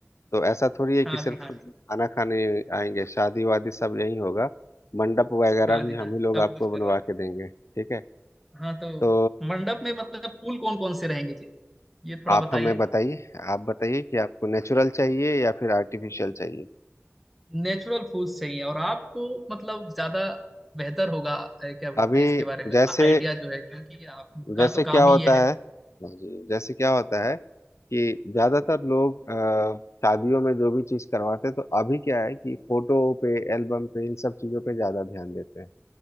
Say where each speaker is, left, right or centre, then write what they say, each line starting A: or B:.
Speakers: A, on the left; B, in the centre.
A: तो ऐसा थोड़ी है कि
B: हाँ
A: सिर्फ
B: जी हाँ जी
A: खाना खाने आएंगे शादी वादी सब यही होगा मंडप वगैरह
B: हाँ
A: भी
B: जी
A: हम
B: हाँ सब
A: ही लोग आपको
B: कुछ करवाएंगे
A: बनवा के देंगे ठीक है
B: हाँ तो
A: तो
B: मंडप में मतलब फूल कौन कौन से रहेंगे जी ये थोड़ा
A: आप
B: बताइए
A: हमें बताइए आप बताइए कि आपको नेचुरल चाहिए या फिर आर्टिफिशियल चाहिए
B: नेचुरल फूल्स चाहिए और आपको मतलब ज्यादा बेहतर होगा अ, क्या बोलते
A: अभी
B: हैं इसके बारे में
A: जैसे
B: आइडिया जो है क्योंकि आपका
A: जैसे
B: तो
A: क्या
B: काम
A: होता
B: ही ये है
A: है हाँ जी जैसे क्या होता है कि ज्यादातर लोग अ, शादियों में जो भी चीज करवाते हैं तो अभी क्या है कि फोटो पे एल्बम पे इन सब चीजों पे ज्यादा ध्यान देते हैं